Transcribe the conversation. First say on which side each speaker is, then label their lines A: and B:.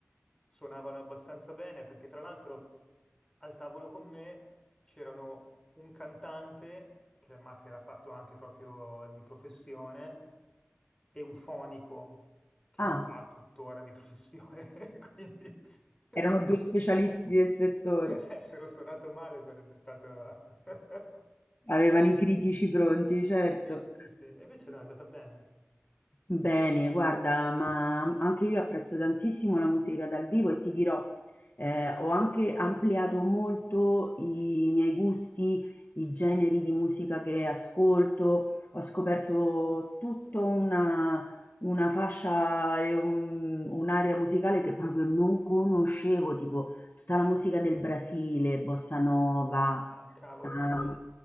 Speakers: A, on the left (about 15°); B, on the left (about 45°).
A: suonavano abbastanza bene perché tra l'altro al tavolo con me c'erano un cantante, che, ma che era fatto anche proprio di professione, e un fonico che
B: Ah,
A: lo fa tuttora di professione. <laughs> Quindi... <laughs>
B: erano due specialisti del settore,
A: Se <laughs> avessero suonato male sarebbe stato... <laughs>
B: avevano i critici pronti, certo.
A: Sì, sì, sì. E invece no, è andata bene.
B: Bene, guarda, ma anche io apprezzo tantissimo la musica dal vivo e ti dirò, eh, ho anche ampliato molto i miei gusti, i generi di musica che ascolto, ho scoperto tutta una, una fascia e un- un'area musicale che proprio non conoscevo, tipo tutta la musica del Brasile, bossa nova,
A: Ah, cavolo,
B: samba,
A: sì.